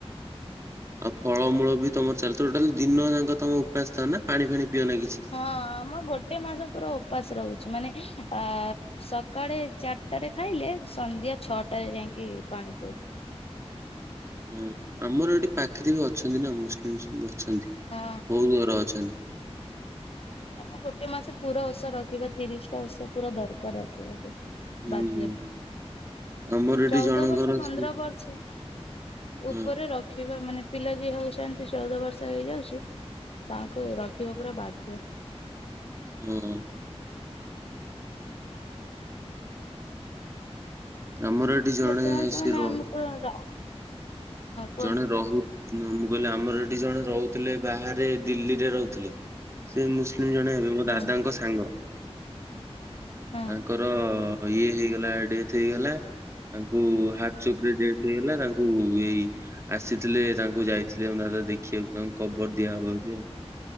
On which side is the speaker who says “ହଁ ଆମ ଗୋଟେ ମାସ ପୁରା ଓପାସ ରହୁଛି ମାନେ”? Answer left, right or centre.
Left